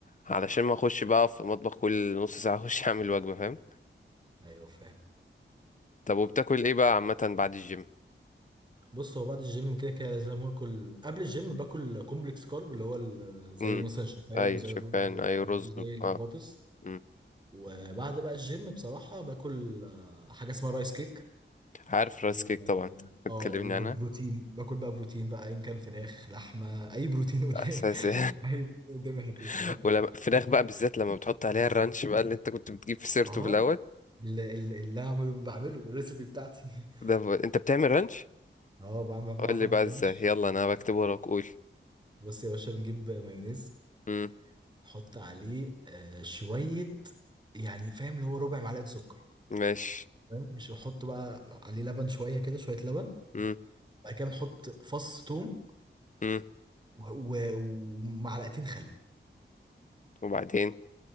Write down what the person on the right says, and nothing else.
ايوه فاهم
بص هو بعد الجيم كده كده لازم اكل قبل الجيم باكل كومبلكس كارب اللي هو ال- زي
مثلا الشوفان
وزي
الرز والحاجات
دي
وزي البطاطس
وبعد بقى الجيم بصراحة باكل آه، حاجة اسمها رايس كيك
و...
اه وبروتين
باكل بقى بروتين بقى ان كان فراخ لحمة اي بروتين قدامي
<laughs> اي بروتين قدامي هاكله
فاهم
اه
اللي, اللي اللي أنا بعمله بعمله الريسبي بتاعتي <laughs>
اه بعمل
بعرف
اعمل
رانش
بعرف
أعمل-
بص يا باشا بنجيب مايونيز
نحط عليه آه، شوية يعني فاهم اللي هو ربع معلقة سكر
فاهم مش نحط بقى عليه لبن شوية كده شوية لبن
بعد كده بنحط فص توم
و- و- ومعلقتين خل